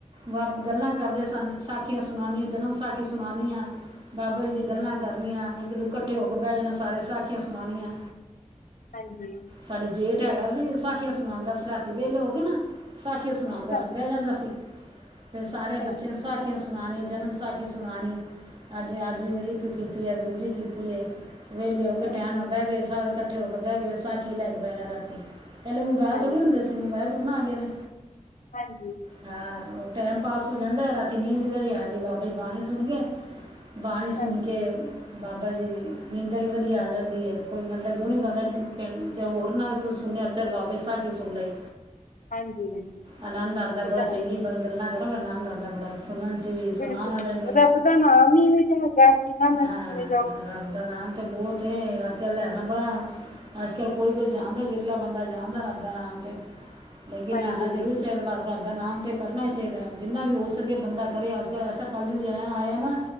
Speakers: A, on the right (about 40°); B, on the left (about 85°).
A: ਬ ਗੱਲਾਂ ਕਰਦੇ ਸਨ ਸਾਖੀਆਂ ਸੁਣਾਣੀ ਜਨਮ ਸਾਖੀ ਸੁਣਾਉਣੀਆਂ ਬਾਬਾ ਜੀ ਗੱਲਾਂ
B: ਹਾਂਜੀ
A: ਕਰਨੀਆਂ ਇੱਕ ਦੋ ਇਕੱਠੇ ਹੋ ਕੇ ਬਹਿ ਜਾਣਾ ਸਾਰੇ ਸਾਖੀਆਂ ਸੁਣਾਉਣੀਆਂ।
B: ਹਾਂਜੀ
A: ਸਾਡਾ ਜੇਠ ਹੈਗਾ ਸੀ ਸਾਖੀਆਂ ਸੁਣਾਉਂਦਾ ਸੀ ਰਾਤੀ ਵੇਹਲੇ ਹੋ ਕੇ ਨਾ। ਸਾਖੀਆਂ ਸੁਣਾਉਂਦਾ
B: ਅੱਛਾ
A: ਸੀ ਬਹਿ ਜਾਂਦਾ ਸੀ ਫਿਰ ਸਾਰੇ
B: ਅੱਛਾ
A: ਬੱਚਿਆਂ ਨੂੰ ਸਾਖੀ ਸਾੱਖੀਆਂ ਸੁਣਾਣੀ ਜਨਮ ਸਾਖੀ ਸੁਣਾਣੀ ਅੱਜ ਅੱਜ ਇੱਕ ਕੀਤੀ ਏ ਦੂਜੀ ਕੀਤੀ ਏ। ਵੇਲੇ ਹੋਕੇ
B: ਹੂੰ
A: ਟਾਈਣ
B: ਹੂੰ
A: ਨਲ ਬਹਿ ਗਏ ਸਾਰੇ ਇਕੱਠੇ ਹੋ ਕੇ ਬਹਿ ਗਏ ਸਾਖੀ ਲੈ ਕੇ ਬਹਿਣਾ ਪਹਿਲੇ ਮੋਬਾਇਲ
B: ਹਾਂਜੀ
A: ਥੋੜੀ ਹੁੰਦੇ ਸੀ, ਮੋਬਾਇਲ ਤੇ ਹੁਨ ਆ ਗਏ ਨੇ।
B: ਹਾਂਜੀ
A: ਹਾਂ ਓ ਟੈਮ ਪਾਸ ਹੋ ਜਾਂਦਾ ਐ ਰਾਤੀ ਨੀਂਦ ਵਦੀਆ ਆਂਦੀ ਬਾਬਾ ਜੀ ਬਾਣੀ ਸੁਣਕੇ। ਬਾਣੀ ਸੁਣ
B: ਹਾਂਜੀ
A: ਕੇ ਬਾਬਾ ਜੀ ਦੀ ਨੀਂਦਰ ਵਧੀਆ ਆ ਜਾਂਦੀ ਏ। ਕੋਈ ਬੰਦਾ ਗੁਣੀ ਗਾਉਂਦਾ ਪਿੰਡ ਚ ਹੋਰ ਨਾਲ ਕੁਛ ਸੁਣਿਆ ਚੱਲ ਬਾਬੇ ਸਾਖੀ ਸੁਣ ਲਈ।
B: ਹਾਂਜੀ ਹਾਂਜੀ
A: ਆਨੰਦ ਆਂਦਾ
B: ਇਹ
A: ਬੜੀ
B: ਤਾਂ ਹੈ
A: ਚੰਗੀ
B: ਹੀ ਹੈ
A: ਗੱਲਾਂ ਨੰਦ ਆਂਦਾ ਬੜਾ ਸ ਸੁਨਨ ਚ ਵੀ
B: ਬਿਲਕੁਲ
A: ਸੁਨਾਨ ਵਾਲੇ
B: ਬਿਲਕੁਲ
A: ਵੀ
B: ਰੱਬ ਦਾ ਨਾਮ ਹੀ ਇਵੇਂ ਜਿਹਾ ਹੈਗਾ ਹੈ ਜਿੰਨਾ ਮਰਜ਼ੀ
A: ਹਾਂ
B: ਸੁਣੇ ਜਾਓ
A: ਰੱਬ ਦਾ ਨਾਂ ਤੇ ਬੋਤ ਏ ਅੱਜ ਕਲ ਲੈਣਾ ਬੜਾ ਅੱਜ ਕੱਲ ਕੋਈ ਕੋਈ ਜਾਣਦਾ ਵੀ ਲਾ ਬੰਦਾ ਜਾਣਦਾ ਰੱਬ ਦਾ ਨਾਮ ਤੇ ਲੇਕਿਨ
B: ਹਾਂਜੀ
A: ਲੈਣਾ ਜਰੂਰ
B: ਹਾਂਜੀ
A: ਚਾਈਦਾ। ਰੱਬ ਦਾ ਨਾਮ ਤੇ ਕਰਨਾ ਈ ਚਾਹੀਦਾ। ਜਿੰਨਾ ਵੀ ਹੋ ਸਕੇ ਬੰਦਾ ਕਰੇ। ਅੱਜ ਕੱਲ ਐਸਾ ਕੱਲਜੁਗ ਲੈਣ ਆਇਆ ਨਾ